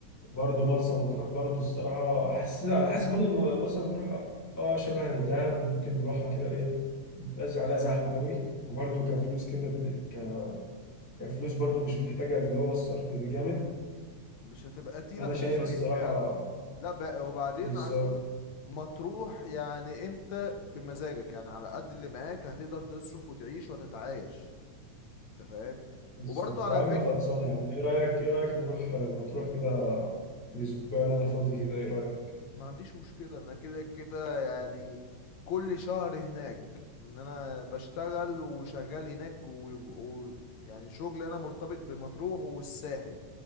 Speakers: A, on the left; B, in the centre.
A: امم
B: برضه مرسى مطروح برضه الصراحه حاسس انا حاسس برضه ان مرسى مطروح اه شبه دهب ممكن نروحها كده ايه مبقاش عليها زحمه قوي وبرضه كفلوس كده ك... كفلوس برضه مش محتاجه اللي هو الصرف الجامد
A: مش هتبقى تقيله
B: انا
A: في
B: شايف
A: المصاريف
B: الصراحه
A: فعلا لا ب... وبعدين
B: بالظبط
A: عايز اقول لك مطروح يعني انت بمزاجك يعني على قد اللي معاك هتقدر تصرف وتعيش وتتعايش انت فاهم
B: بالظبط
A: وبرضه على
B: يا عم
A: فكره
B: خلصانه يا عم ايه رايك ايه رايك نروح مطروح كده الاسبوع اللي انا فاضي فيه ده ايه رايك
A: ما عنديش مشكلة انا كده كده يعني كل شهر هناك ان انا بشتغل وشغال هناك ويعني و... و- يعني شغل انا مرتبط بمطروح والساحل